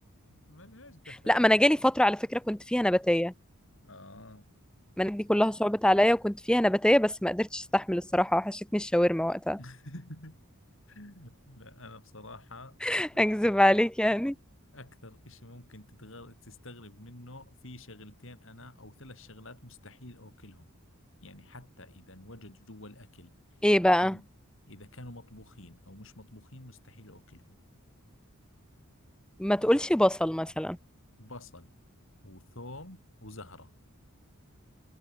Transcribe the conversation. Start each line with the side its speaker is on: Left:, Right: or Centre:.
Left: ما ليش دخل
Centre: لا ما انا جالي فترة على فكرة كنت فيها نباتية
Left: اه
Centre: ما أنا دي كلها صعبت عليا وكنت فيها نباتية بس ما قدرتش استحمل الصراحة وحشتني الشاورما وقتها
Left: <laughs> لا انا بصراحة
Centre: <laughs>
Left: اكثر
Centre: اكذب عليك يعني
Left: أكثر إشي ممكن تتغر... تستغرب منه في شغلتين أنا أو ثلاث شغلات مستحيل أكلهم يعني حتى إذا انوجدوا جوا الأكل
Centre: ايه
Left: إذا
Centre: بقى
Left: كان... إذا كانوا مطبوخين أو مش مطبوخين مستحيل أكلهم
Centre: ما
Left: اللي
Centre: تقولش بصل مثلا
Left: بصل وثوم وزهرة